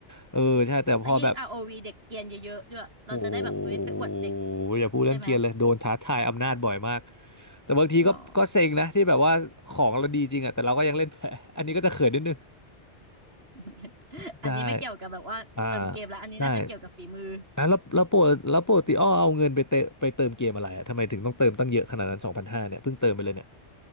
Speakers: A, on the left; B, on the right.
A: เออใช่แต่พอแบบ
B: แล้วยิ่ง ROV เด็กเกรียนเยอะๆด้วย เราจะได้แบบเอ้ยไปอวดเด็ก
A: โหอย่าพูดเรื่องเกียร์เลยโดนท้าทายอำนาจบ่อยมาก
B: ใช่ไหม
A: แต่บางทีก็ก็เซ็งนะที่แบบว่าของเราดีจริงอะแต่เราก็ยังเล่นแพ้อันนี้ก็จะเขินนิดนึง
B: หรอ <laughs>
A: <laughs> ใช่
B: อันนี้ไม่เกี่ยวกับแบบว่าเติมเกมแล้วอันนี้น่าจะเกี่ยวกับฝีมือ
A: อ่าใช่ อ่ะแล้วแล้วโปกแล้วโปกติอ้อเอาเงินไปเติมไปเติมเกมอะไรอะทำไมถึงต้องเติมตั้งเยอะขนาดนั้นสองพันห้าเนี่ยเพิ่งเติมไปเลยเนี่ย